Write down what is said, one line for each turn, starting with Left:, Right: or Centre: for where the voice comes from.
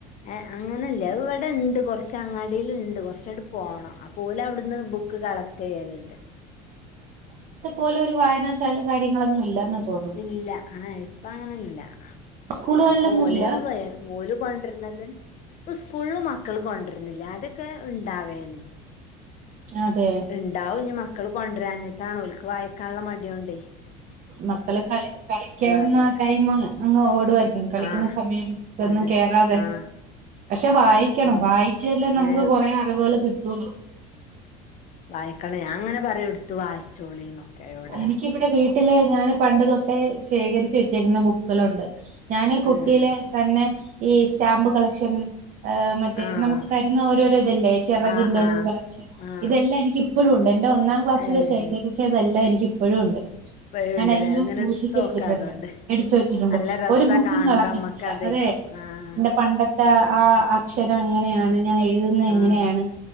Left: ഏ അങ്ങനെ ഇല്ല ഇവ- ഇവിടെണ്ട് കൊറച്ച് അങ്ങാടീല്ണ്ട് കുറച്ച് ങ്ങട് പോണം അപ്പോ ഓല് അവിടുന്ന് ബുക്ക് കളക്ട് ചെയ്യലുണ്ട്
Right: ഇതു പോലൊരു ഒരു വായനാശാല കാര്യങ്ങളൊന്നും ഇല്ലന്ന് തോന്നുന്നു
Left: ഇല്ല ആ ഇപ്പ അങ്ങനെല്ല
Right: സ്കൂളുകളിലൊന്നും
Left: അപ്പൊ ഓലേന്ന്
Right: ഇല്ല
Left: ഓല കൊണ്ടിരുന്നത് ഇപ്പൊ സ്കൂളും മക്കള് കൊണ്ട വരണില്ല അതൊക്കെ ഉണ്ടാവേര്ന്ന്
Right: അതെ
Left: ഉണ്ടാവും ഇനി മക്ക- മക്കൾ കൊണ്ടരാഞ്ഞിട്ടണോ ഓൽക്ക് വായിക്കാനുള്ള മടികൊണ്ടെയ്
Right: മക്കള് കള കളിക്കാവുന്ന
Left: അറിയില്ല
Right: ടൈമാണ് അങ്ങ് ഓടുവായിരിക്കും കളിക്കുന്ന
Left: ആഹ്
Right: സമയം ഇതൊന്നും
Left: അതെ
Right: കേറാതെ
Left: ആഹ്
Right: പക്ഷെ വായിക്കണം
Left: ഉം
Right: വായിച്ചല്ലേ നമുക്ക്
Left: ഏഹ്
Right: കുറെ അറിവുകൾ കിട്ടുള്ളൂ
Left: വായിക്കണ ഞാൻ അങ്ങനെ പറ എടുത്ത വായിച്ചോളി നോക്കെ എവിടെ
Right: എനിക്കിവിടെ വീട്ടില് ഞാന് പണ്ട് തൊട്ടേ ശേഖരിച്ച് വെച്ചേക്കുന്ന ബുക്കുകളുണ്ട് ഞാന് കുട്ടിയിലെ
Left: ഏഹ്
Right: തന്നെ ഈ സ്റ്റാമ്പ് കളക്ഷൻ ഹ് മറ്റേ
Left: ആഹ്
Right: നമുക്ക് തരുന്ന ഓരോരോ ഇതല്ലേ ചിറകിന്റെ
Left: ആഹ് ആഹ്
Right: കളക്ഷൻ
Left: ആഹ്
Right: ഇതെല്ലാം എനിക്ക് ഇപ്പഴും ഉണ്ട് എന്റെ ഒന്നാം ക്ലാസ്സിൽ
Left: ഏഹ്
Right: ശേഖരിച്ചതെല്ലാം എനിക്ക് ഇപ്പഴും ഉണ്ട്
Left: ഇപ്പഴും
Right: ഞാൻ
Left: ഉണ്ട്ല്ലേ
Right: എല്ലാം
Left: അതിങ്ങനെ
Right: സൂക്ഷിച്ചു
Left: എടുത്ത്
Right: വെച്ചിട്ടുണ്ട്
Left: നോക്കാ അതോണ്ട്
Right: എടുത്ത് വെച്ചിട്ടുണ്ട്
Left: നല്ല രസാ
Right: ഒരു ബുക്കും
Left: കാണുമ്പോ
Right: കളഞ്ഞിട്ടില്ല
Left: അമ്മക്ക് അതെ
Right: നേ
Left: ആഹ്
Right: ന്റെ പണ്ടത്തെ ആ അക്ഷരം എങ്ങനെയാണ് ഞാനേ എഴുതുന്ന എങ്ങനെയാണ്.
Left: ആഹ്